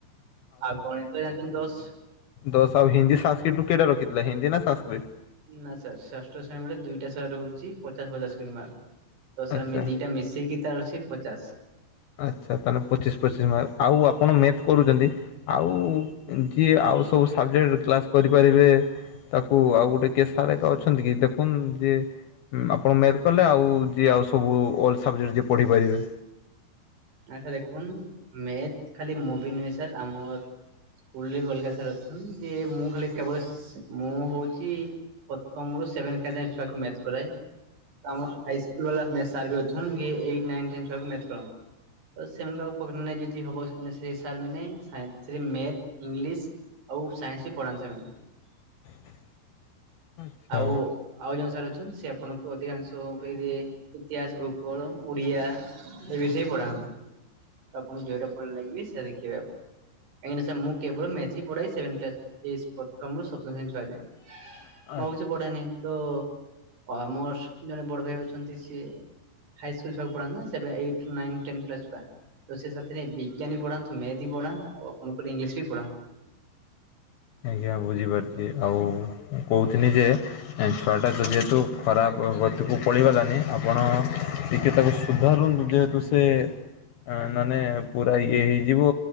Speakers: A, on the right; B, on the left.
A: ଆଉ ଗଣିତ ଜାଣିଛନ୍ତି ଦଶ
B: ଦଶ ଆଉ ହିନ୍ଦୀ ସଂସ୍କିଟ୍ କେତେ ରଖିଥିଲା ହିନ୍ଦୀ ନା ସଂସ୍କୃତ
A: ନା ସାର୍ ଷଷ୍ଠ ଶ୍ରେଣୀ ବେଳେ ଦୁଇଟା ସାର୍ ରହୁଛି ପଚାଶ ପଚାଶ କରି ମାର୍କ ତ ସେମି
B: ଆଚ୍ଛା
A: ସେଟା ଦିଟା ମିଶେଇିକି ତାର ଅଛି ପଚାଶ
B: ଆଚ୍ଛା ତାହେଲେ ପଚିଶ୍ ପଚିଶ୍ ମାର୍କ ଆଉ ଆପଣ ମେଥ୍ କରୁଛନ୍ତି ଆଉ ଯିଏ ଆଉ ସବୁ ସବଜେକ୍ଟ କ୍ଲାସ୍ କରିପାରିବେ ତାକୁ ଆଉ ଗୋଟେ କେ ସାର୍ ଏକା ଅଛନ୍ତି କି ଦେଖୁନ୍ ଯେ ଆପଣ ମେଲ କଲେ ଆଉ ଯିଏ ଆଉ ସବୁ ଅଲ ସବଜେକ୍ଟ ଯିଏ ପଢ଼ିପାରିବେ।
A: ଆ ସାର୍ ଦେଖନ ମେଥ ଖାଲି ମୁଁ ବି ନୁହେଁ ସାର୍ ଆମର ସ୍କୁଲରେ ବି ଅଲଗା ସାର୍ ଅଛନ୍ତି। <unintelligible> ମୁଁ ଖାଲି କେବଳ ମୁଁ ହଉଛି ପ୍ରଥମରୁ ସେଭେନ୍ କ୍ଲାସ ଛୁଆକୁ ମେଥ କରାଏ। ଆମର ହାଇସ୍କୁଲ ବାଲା ସାର୍ ବି ଅଛନ୍ତି କି ଏଇଟ ନାଇନ୍ ଟେନ୍ ଛୁଆକୁ ମେଥ କରନ୍ତି। ତ ସେମାନଙ୍କ ଉପକାର ଯଦି ହବ ସେ ସେ ସାର୍ ମାନେ ସାଇନ୍ସ, ମେଥ, ଇଂଲିଶ ଆଉ ସାଇନ୍ସ ବି ପଢାନ୍ତି ସେମାନେ।
B: <inaudible> ଆଚ୍ଛା
A: ଆଉ ଆଉ ଯୋଉ ସାର୍ ଅଛନ୍ତି ସେ ଆପଣଙ୍କୁ ଅଧିକାଂଶ କହିବେ ଇତିହାସ, ଭୂଗୋଳ, ଓଡିଆ ଏ ବିଷୟରେ ପଢାନ୍ତି। ତ ଆପଣଙ୍କୁ ଜଉଟା ଭଲ ଲାଗିବ ସେ ଦେଖିବେ ଆପଣ। କାହିଁକି ନା ସାର୍ ମୁଁ କେବଳ ମେଥ ହିଁ ପଢାଏ ସେଭନ କ୍ଲାସ, ପ୍ରଥମରୁ ସପ୍ତମ ଶ୍ରେଣୀ ଛୁଆ ଯାଏ।
B: <unintelligible>
A: ମୁଁ ଆଉ କିଛି ପଢେନହି ତ ଆମର ଜଣେ ବଡ ଭାଇ ଅଛନ୍ତି ସିଏ ହାଇସ୍କୁଲ ଛୁଆଙ୍କୁ ପଢାନ୍ତି ନା ଏଇଟ ନାଇନ୍ ଟେନ୍ କ୍ଲାସ ଛୁଆ। ତ ସେଥିରେ ବିଜ୍ଞାନ ପଢାନ୍ତି ମେଥ୍ ପଢାନ୍ତି ଆଉ ଆପଣଙ୍କର ଇଂଲିଶ ବି ପଢାନ୍ତି।
B: ଆଜ୍ଞା ବୁଝିପାରୁଛି ଆଉ କହୁିଥିନି ଯେ ଛୁଆଟା ଯେହେତୁ ଖରାପ ଗତିକୁ ପଳେଇଗଲାନି ଆପଣ ଟିକେ ତାକୁ ସୁଧାରନ୍ତୁ ଯେହେତୁ ସେ ସେ ମାନେ ପୁରା ଇଏ ହେଇଯିବ